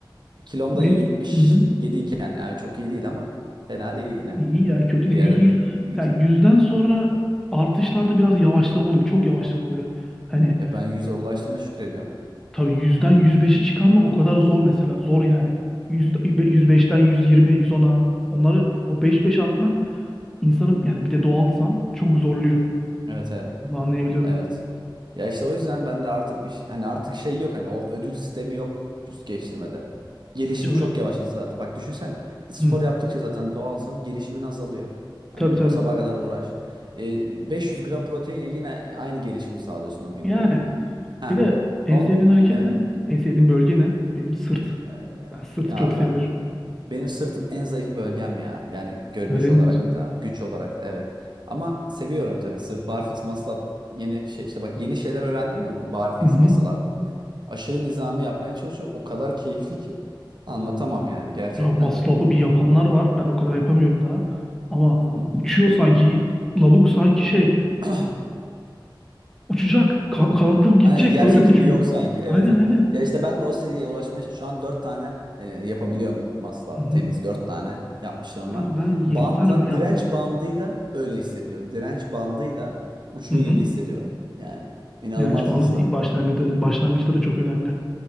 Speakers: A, on the right; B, in the centre.
A: Kilom
B: Bench,
A: da 77
B: hı hı.
A: iken yani çok iyi değil ama fena değil yine.
B: İyi ya kötü değil.
A: Bir ara
B: Yüz, yüz,
A: iki,
B: ya yüzden sonra artışlarda biraz yavaşlama oluyor. Çok yavaşlama oluyor. Hani
A: e, ben yüze ulaştığıma şükrediyorum.
B: Tabii yüzden yüz beşi çıkarmak o kadar zor mesela. Zor yani. yüz yüz beşten yüz yirmi 100 ona onları o beş beş artmak insanı yani bir de doğalsan çok zorluyor.
A: Evet evet.
B: Bunu anlayabiliyorum.
A: Evet. Ya işte o yüzden ben de artık bir şey- hani artık şey yok hani o ödül sistemi yok vücut geliştirmede. Gelişim
B: Çalış.
A: çok yavaşladı zaten. Bak düşünsene. Spor
B: Hı,
A: yaptıkça zaten doğalsan gelişimin azalıyor. Hani
B: tabii tabii.
A: o sabaha kadar uğraş. E, 500 gram protein ye yine aynı gelişimi sağlıyorsun o gün
B: Yani
A: yani. Ha.
B: bir de en
A: O,
B: sevdiğin hareket
A: evet.
B: ne? En sevdiğin bölge ne? Benim sırt.
A: E,
B: Ben sırtı
A: ya
B: çok seviyorum.
A: ben, Benim sırtım en zayıf bölgem ya. Yani görünüş
B: Öyle
A: olarak
B: mi diyorsun?
A: da, güç olarak da evet. Ama seviyorum tabii. Sırt barfix muscle up yeni şey işte bak yeni şeyler öğrendim ya bu barfix
B: Hı hı.
A: muscle up. Aşırı nizami yapmaya çalışıyorum. O kadar keyifli ki anlatamam yani gerçekten.
B: Ya maslapı bir yapanlar var. Ben o kadar yapamıyorum daha. Ama
A: Hı hı.
B: uçuyor sanki. Lavuk sanki şey.
A: <clears throat>
B: Uçacak. Ka kanatları gidecek.
A: Aynen yer
B: Öyle
A: çekimi
B: uçuyor.
A: yok sanki. Evet,
B: Aynen
A: evet.
B: aynen.
A: Ya işte ben de o seviyeye ulaşmaya çalışıyorum. Şu an dört tane e, yapabiliyorum maslap.
B: Hı hı.
A: Temiz dört tane yapmışlığım
B: Ben
A: var.
B: ben 7
A: Bantla,
B: tane mi ne yaptım
A: direnç
B: ya kızım
A: bandıyla
B: ya.
A: öyle hissediyorum. Direnç bandıyla uçuyor
B: Hı hı.
A: gibi hissediyorum. Yani inanılmaz
B: Direnç bandı
A: hızlı.
B: başlangıçta, başlangıçta da çok önemli.